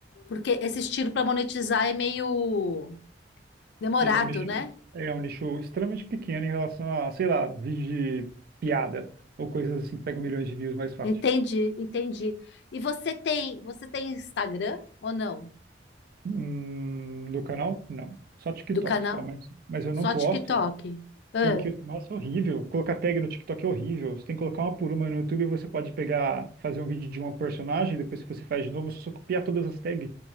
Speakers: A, on the left; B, on the right.
A: Porque esse estilo para monetizar é meio demorado,
B: Ele é um nicho,
A: né?
B: é um nicho extremamente pequeno em relação a, sei lá, vídeo de piada ou coisas assim que pegam milhões de views mais fácil.
A: Entendi, entendi. E você tem, você tem Instagram ou não?
B: Hum, do canal? Não. Só TikTok,
A: Do canal?
B: só, mas, mas eu
A: Só
B: não posto
A: TikTok? Ah,
B: porque, nossa, é horrível. Colocar tag no TikTok é horrível. Você tem que colocar uma por uma no YouTube, você pode pegar, fazer um vídeo de uma personagem, depois que você faz de novo, você só copiar todas as tags,